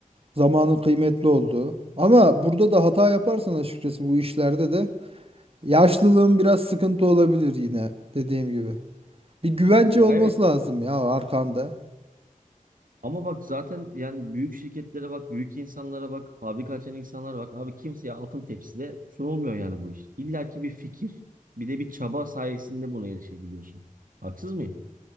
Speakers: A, on the right; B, on the right.
A: Zamanın kıymetli olduğu. Ama burada da hata yaparsan açıkçası bu işlerde de Yaşlılığın biraz sıkıntı olabilir yine dediğim gibi. Bir güvence
B: Ya
A: olması
B: evet
A: lazım ya arkanda.
B: ama bak zaten yani büyük şirketlere bak, büyük insanlara bak, fabrika açan insanlara bak. Abi kimseye altın tepside sunulmuyor yani bu iş. İlla ki bir fikir, bir de bir çaba sayesinde buna erişebiliyorsun. Haksız mıyım?